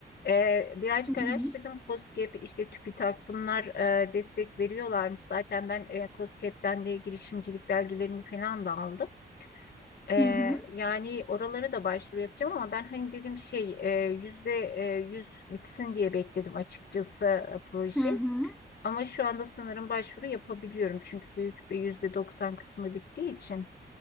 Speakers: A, on the left (about 60°); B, in the centre.
A: E, birazcık
B: Hı hı.
A: araştırdım. KOSGEB, işte TÜBİTAK bunlar e, destek veriyorlarmış. Zaten ben e, KOSGEB'den de girişimcilik belgelerimi falan da aldım. E,
B: Hı hı.
A: yani oralara da başvuru yapacağım ama ben hani dedim şey e, yüzde e, yüz bitsin diye bekledim açıkçası e, proje.
B: Hı hı.
A: Ama şu anda sanırım başvuru yapabiliyorum. Çünkü büyük bir yüzde doksan kısmı bittiği için.